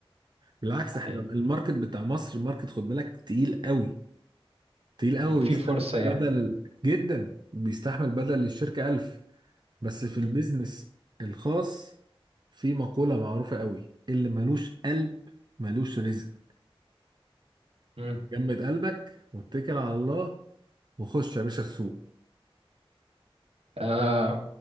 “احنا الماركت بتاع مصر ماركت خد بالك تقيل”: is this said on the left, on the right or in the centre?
Right